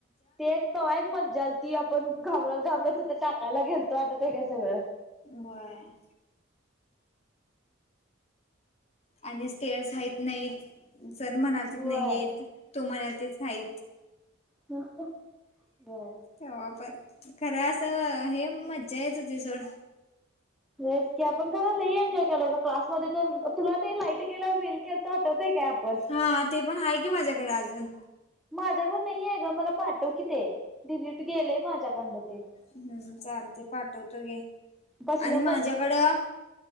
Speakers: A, in the centre; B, on the left.
A: ते एक त एक मज्जा आली ती आपण घाबरत- घाबरत टाकायला गेलतो आटत त्याचा जवळ.
B: व्हय. आणि स्टेअर्सहतआहेतं नाहीतं. जर म्हणाल तच
A: व्हय
B: नाही येत तो म्हणाल तेच आहेतत.
A: ब <inaudible>
B: ते तंव्हा पण खरं असं हे मज्जा येत हो ती सड.
A: नाहीच की आपण घरा ल ये एन्जॉय केला. क्लासमध्ये तर तुला ते लाईट गेल्यावर रील केलंत आठवत्ये काय? आपण?
B: हा ते पण आहे की माझ्याकडे अजून.
A: माझ्याकडं नाही आहे ग मला पाठव कि ते डिलीट गेलेय माझ्याकंडं ते.
B: हम्म चालते पाठवतो ग
A: कसलं
B: आणि माझ्याकडं